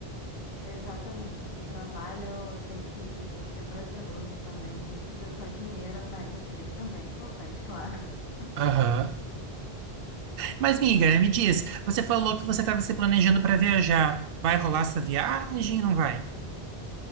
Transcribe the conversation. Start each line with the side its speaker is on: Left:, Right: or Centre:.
Left: Exatamente. O trabalho tem que ser prazeroso também. Nem tudo é só dinheiro, mas o dinheiro também é importante, claro. <laughs>
Right: Aham. Mas, miga, me diz, você falou que você estava se planejando para viajar. Vai rolar essa viagem? Não vai?